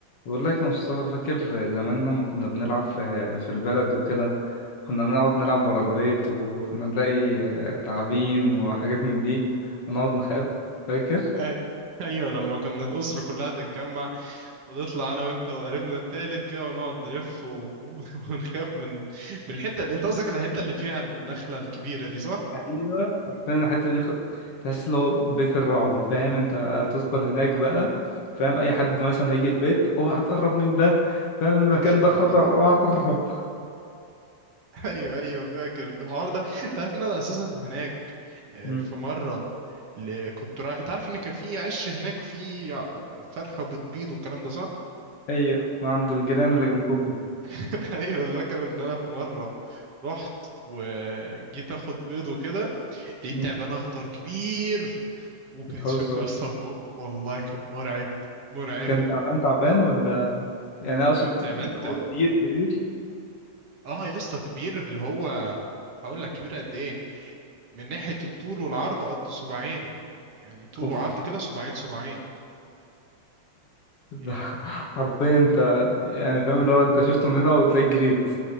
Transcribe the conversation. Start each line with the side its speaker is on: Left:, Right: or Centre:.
Left: بقول لك يا مصطفى فاكر زمان لما كنا بنلعب في في البلد وكده كنا نقعد نلعب ورا البيت وكنا نلاقي تعابين وحاجات من دي ونقعد نخاف فاكر
Right: أي- ايوه لما كنا الاسره كلها تتجمع ونطلع انا وانت وقريبنا التالت كده ونقعد نلف و... <laughs> ونخاف من من الحته اللي انت قصدك الحته اللي فيها النخله الكبيره دي صح؟
Left: ايوه فاهم الحتة دي خد تحس اللي هو بيت الرعب فاهم انت هتدخل هناك بقى فاهم اي حد
Right: آه.
Left: مثلا هيجي البيت اوعى تقرب من ده فاهم المكان
Right: <laughs>
Left: ده خطر اوعى تقرب
Right: ايوه ايوه فاكر الحوار ده انت عارف ان انا اساسا هناك
Left: <laughs>
Right: آه،
Left: مم.
Right: في مره ل- كنت رايح انت عارف ان كان في عش هناك وفي آه، فرخه بتبيض والكلام ده صح؟
Left: ايوه وعند الجيران اللي جنبكم
Right: <laughs> ايوه فاكر ان انا في مره رحت وجيت اخد بيض وكده لقيت
Left: مم.
Right: تعبان اخضر كبير وكان
Left: بتهزر
Right: شكله اصلا والله كان مرعب مرعب
Left: كان تعبان تعبان ولا يعني اقصد
Right: كان تعبان تعب
Left: هو كبير كبير
Right: اه يا اسطى كبير اللي هو هقول لك كبير قد ايه من ناحية الطول والعرض قد صباعين يعني طول
Left: اوف
Right: وعرض كده صباعين صباعين يعني
Left: ده <laughs> حرفيا انت يعني فاهم اللي هو انت شفته من هنا وتلاقيك جريت